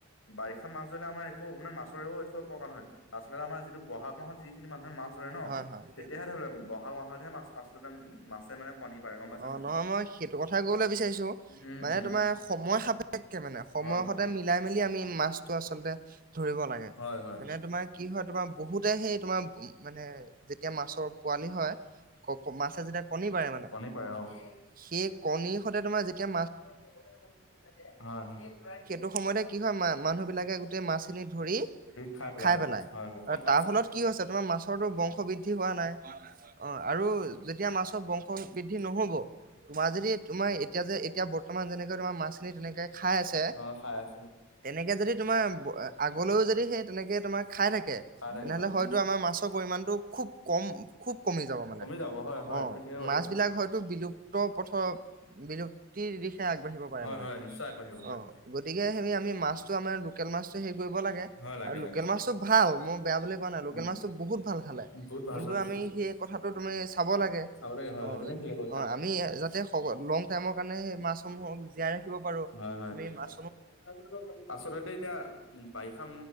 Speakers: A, on the left; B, on the right.
A: বাৰিষা মাছ ধৰিলে আমাৰ একো মানে মাছৰেও একো অপকাৰ নহয়। আচলতে আমাৰ যিটো বহাগ মাহত যিখিনি মানুহে মাছ ধৰে ন,
B: হয় হয় হয়
A: তেতিয়াহে ধৰি ললে বহাগ মাহতহে মাছ আচলতে মাছে মানে কণী পাৰে গম পাইছা
B: অহ
A: নাই
B: নহয় মই সেইটো কথাই কবলে বিচাৰিছো,
A: উম
B: মানে
A: উম
B: তোমাৰ সময় সাপেক্ষে মানে সময়ৰ
A: হয় হয়
B: সতে মি মেলি আমি মাছটো আচলতে ধৰিব লাগে।
A: হয় হয়
B: মানে তোমাৰ কি হয় তোমাৰ বহুতে সেই তোমাৰ মানে যেতিয়া মাছৰ পোৱালি হয়, মাছে যেতিয়া কণী পাৰে মানে
A: কণী পাৰে অহ। সেই
B: সেই কণীৰ
A: কণী
B: সতে
A: মানে
B: তোমাৰ যেতিয়া
A: সেই মাছৰ পেটতে কণীখিনি থাকে, হয়-হয়। <unintelligible>
B: চব সময়তে কি হয় মা মানুহেবিলাকে মাছখিনি ধৰি
A: খাই পেলাই
B: খায়
A: হয়
B: পেলায়।
A: হয় হয় গম পাইছো
B: তাৰ ফলত কি হৈছে তোমাৰ মাছৰটো বংশ বৃদ্ধি হোৱা নাই অহ আৰু যেতিয়া মাছৰ বংশ বৃদ্ধি নহব। তোমাৰ যদি তোমাৰ এতিয়া যে এতিয়া বৰ্তমান যেনেকে তোমাৰ মাছখিনি তেনেকে খাই আছে
A: অ খাই আছে
B: তেনেকে যদি তোমাৰ আগলৈও যদি সেই তেনেকে যদি তোমাৰ আগলেও যদি হে তেনেকে খাই থাকে,
A: খাই থাকে
B: তেনেহলে
A: হয়
B: হয়তো আমাৰ মাছৰ পৰিমাণটো খুব কম খুব কমি যাব মানে
A: যাব হয় হয়
B: অহ
A: তুমি ঠিকে কৈছা
B: মাছ
A: হয়।
B: বিলাক হয়তো বিলুপ্ত পথত বিলুপ্তিৰ দিশে আগবাঢ়িব পাৰে
A: হয়
B: মানে
A: হয় নিশ্চয় আগবাঢ়িব হয়
B: অহ গতিকে সেই আমি মাছটো আমাৰ লোকেল মাছটো হেই কৰিব লাগে
A: হয় লাগে
B: আৰু লোকেল
A: লাগে
B: মাছটো ভাল মই বেয়া বুলি কোৱা নাই লোকেল
A: উম।
B: মাছটো বহুত ভাল খালে
A: বহুত ভাল
B: কিন্তু,
A: হয়
B: আমি সেই কথাটো তুমি চাব লাগে।
A: চাব লাগে হয়
B: অহ
A: হয় তুমি ঠিকে
B: -
A: কৈছা।
B: অহ আমি যাতে লং টাইমৰ কাৰণে সেই মাছসমূহক জীয়াই ৰাখিব পাৰোঁ
A: হয়
B: আমি মাছ
A: <unintelligible> আচলতে এতিয়া উম বাৰিষা